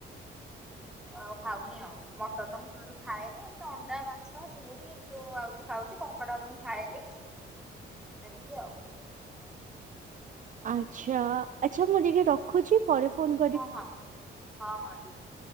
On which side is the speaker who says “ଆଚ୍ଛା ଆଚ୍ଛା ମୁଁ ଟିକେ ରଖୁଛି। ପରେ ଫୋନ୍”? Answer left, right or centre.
Right